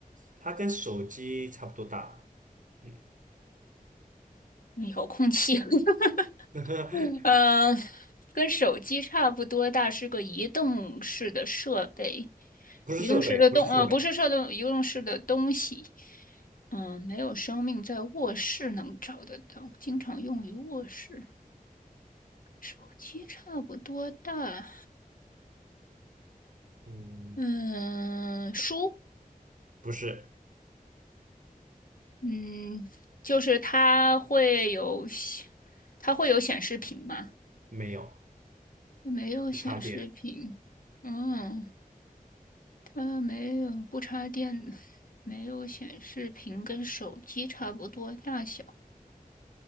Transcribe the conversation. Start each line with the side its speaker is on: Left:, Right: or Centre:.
Right: 它跟手机差不多大。嗯，
Left: 嗯遥控器，<laughs>
Right: <laughs>
Left: 嗯，跟手机差不多大，是个移动式的设备，
Right: 不是设备，
Left: 移动式的动，
Right: 不是设备。
Left: 呃，不是设动，移动式的东西。嗯，没有生命，在卧室能找得到，经常用于卧室。手机差不多大，
Right: 嗯，
Left: 嗯，书，
Right: 不是，
Left: 嗯，就是它会有，它会有显示屏吗？
Right: 没有，
Left: 没有显示屏，
Right: 不插电。
Left: 嗯，它没有不插电，没有显示屏，跟手机差不多大小。